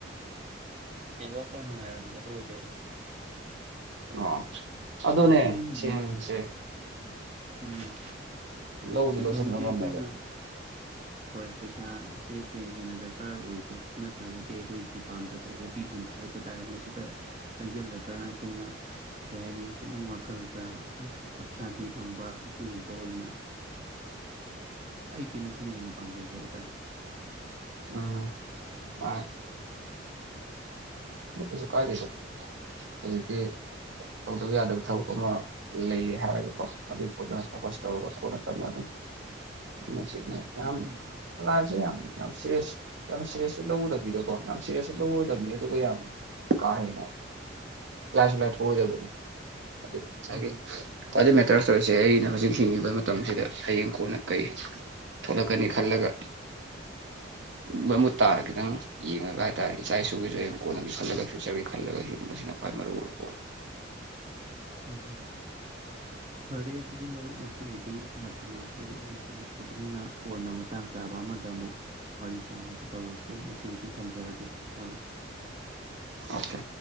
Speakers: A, on the right; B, on the right.
A: ꯅꯦꯠꯋꯥꯔꯛ ꯈꯔ ꯅꯨꯡꯉꯥꯏꯔꯝꯗꯕ ꯑꯣꯏꯕ ꯌꯥꯢ
B: ꯑꯣ ꯑꯗꯨꯅꯦ
A: ꯑꯩꯅ
B: ꯁꯦꯡꯁꯦ
A: ꯍꯥꯏ ꯎꯝ
B: ꯂꯧꯕꯗꯤ
A: ꯁꯤꯟꯐꯝꯁꯤ
B: ꯂꯧꯁꯤꯟꯕ ꯉꯝꯃꯦꯕ
A: ꯑꯩꯈꯣꯏꯅ ꯍꯣꯏ ꯄꯩꯁꯥꯁꯦ ꯊꯣꯏꯅ ꯍꯦꯟꯅ ꯗ꯭ꯔꯀꯥꯔ ꯑꯣꯏꯕ ꯅꯠꯇ꯭ꯔꯒꯗꯤ ꯑꯩꯈꯣꯏꯒꯤ ꯄꯥꯝꯖꯕ ꯍꯣꯕꯤꯒꯨꯝꯕ ꯍꯥꯏ ꯍꯥꯏꯕ ꯇꯥꯔꯦ ꯃꯁꯤꯗ ꯆꯪꯁꯤꯜꯂꯒ ꯑꯩꯈꯣꯏꯅ ꯀꯩ ꯍꯥꯏꯅꯤ ꯄꯨꯛꯅꯤꯡ ꯋꯥꯈꯜꯗ ꯁꯥꯟꯇꯤ ꯁꯥꯟꯇꯤ ꯐꯪꯕ ꯑꯁꯤꯒꯨꯝꯕ ꯑꯣꯏꯅ ꯑꯩꯗꯤ ꯑ ꯃꯁꯤꯅ ꯍꯦꯟꯅ ꯄꯥꯝꯖꯩ ꯍꯥꯏꯕ ꯇꯥꯔꯦ
B: ꯎꯝ ꯍꯣꯢ ꯀꯩꯁꯨꯛ ꯀꯥꯢꯗꯦꯗ ꯍꯧꯖꯤꯛꯇꯤ ꯇꯧꯗꯕ ꯌꯥꯗꯕ ꯊꯕꯛ ꯑꯃ ꯂꯩꯌꯦ ꯍꯥꯏꯔꯒꯀꯣ ꯑꯗꯨꯒꯤ ꯄꯣꯠꯇꯨꯅ ꯐꯣꯀꯁ ꯇꯧꯔꯒ ꯀꯣꯟꯅ ꯇꯞꯅ ꯑꯗꯨꯝ
A: <inaudible>
B: ꯢꯡꯅ ꯆꯤꯛꯅ ꯌꯥꯝ
A: ꯎꯝ ꯎꯝ
B: ꯂꯥꯢꯐꯁꯦ ꯌꯥꯝ ꯌꯥꯝ ꯁꯦꯔꯤꯌꯁ ꯌꯥꯝ ꯁꯦꯔꯤꯌꯁꯁꯨ ꯂꯧꯗꯕꯤꯗꯀꯣ ꯌꯥꯝ ꯁꯦꯔꯌꯁꯁꯨ ꯂꯧꯔꯣꯏꯗꯕꯅꯤ ꯑꯗꯨꯒ ꯌꯥꯝ ꯀꯥ ꯍꯦꯟꯅ ꯂꯥꯏꯁꯨ ꯂꯥꯏꯊꯣꯛꯑꯣꯢꯗꯕꯅꯤ ꯑꯗꯨ ꯁꯥꯢꯒꯩ
A: ꯎꯝ ꯍꯝ
B: ꯈ꯭ꯋꯥꯗꯩ ꯃꯦꯇꯔꯁ ꯑꯣꯢꯔꯤꯁꯦ ꯑꯩꯅ ꯍꯧꯖꯤꯛ ꯍꯤꯡꯉꯤꯕ ꯃꯇꯝꯁꯤꯗ ꯍꯌꯦꯡ ꯀꯣꯟꯅ ꯀꯩ ꯊꯣꯂꯛꯀꯅꯤ ꯈꯜꯂꯒ ꯃꯃꯨꯠ ꯇꯥꯔ ꯈꯤꯇꯪ ꯌꯦꯡꯉꯒ ꯍꯥꯏꯇꯥꯔꯦ ꯏꯆꯥ ꯏꯁꯨꯒꯤꯁꯨ ꯍꯌꯦꯡ ꯀꯣꯟꯅꯒꯤ ꯈꯜꯂꯒ ꯐ꯭ꯌꯨꯆꯔꯒꯤ ꯈꯜꯂꯒ ꯍꯤꯡꯕꯁꯤꯅ ꯈ꯭ꯋꯥꯏ ꯃꯔꯨ ꯑꯣꯏꯕ ꯄꯣꯠꯅꯤ
A: ꯎꯝꯍꯝ ꯐꯔꯦ ꯑꯗꯨꯗꯤ ꯃꯔꯨꯞ ꯉꯁꯤꯒꯤꯗꯤ ꯃꯇꯝ ꯁꯨ ꯂꯣꯏꯁꯤꯜꯂꯛꯂꯕꯅꯤꯅ ꯀꯣꯟꯅ ꯃꯇꯥꯡ ꯆꯥꯕ ꯑꯃꯗ ꯑꯃꯨꯛ ꯋꯥꯔꯤ ꯁꯥꯟꯅꯕ ꯇꯧꯔꯁꯦ ꯉꯁꯤ ꯑꯩꯗꯤ ꯊꯝꯖꯔꯒꯦ ꯃꯔꯨꯞ
B: ꯑꯣꯀꯦ